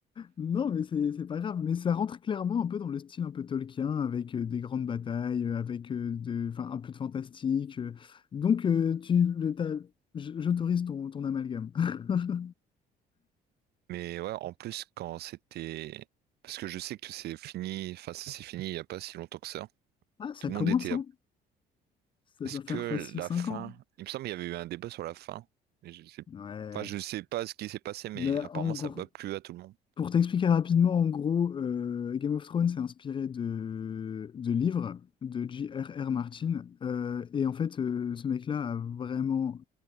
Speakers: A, on the left; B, on the right.
A: Non, mais c'est c'est pas grave. Mais ça rentre clairement un peu dans le style un peu Tolkien, avec euh, des grandes batailles, euh, avec euh, de, enfin, un peu de fantastique. euh. Donc, euh, tu, le, t'as- j- j'autorise ton, ton amalgame. <laughs>
B: Mais ouais, en plus quand c'était parce que je sais que c'est fini, enfin ça s'est fini il y a pas si longtemps que ça.
A: Ah, ça
B: Tout le
A: commence,
B: monde était
A: hein. Ça
B: Est-ce
A: doit
B: que
A: faire facile
B: la
A: cinq
B: fin...
A: ans.
B: Il me semble qu'il y avait eu un débat sur la fin. mais je sais...
A: Ouais.
B: Enfin, je sais pas ce qui s'est passé, mais
A: Mais
B: apparemment,
A: en gros,
B: ça n'a pas plu à tout le monde.
A: pour t'expliquer rapidement, en gros, euh, Game of Thrones s'est inspiré de, de livres de J R R Martin. Euh, et en fait, euh, ce mec-là a vraiment